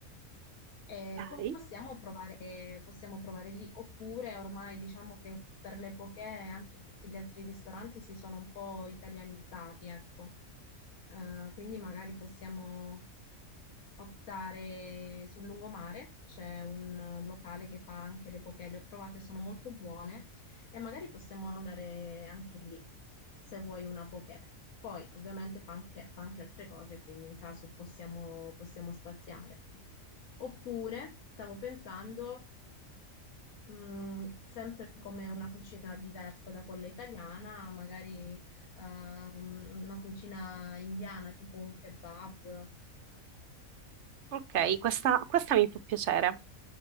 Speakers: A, on the left; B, on the right.
A: eh,
B: Ok.
A: po- possiamo provare, possiamo provare lì, oppure ormai diciamo che per le poche anche tutti gli altri ristoranti si sono un po' italianizzati, ecco. Eh, quindi magari possiamo, optare sul lungomare, c'è un eh, locale che fa anche le poke, le ho provate, sono molto buone e magari possiamo andare anche lì se vuoi una poke. Poi ovviamente fa anche, fa anche altre cose, quindi in caso possiamo, possiamo spaziare. Oppure stavo pensando, mh, sempre come una cucina diversa da quella italiana, magari eh, un- una cucina indiana, tipo un kebab.
B: Ok, questa, questa mi può piacere.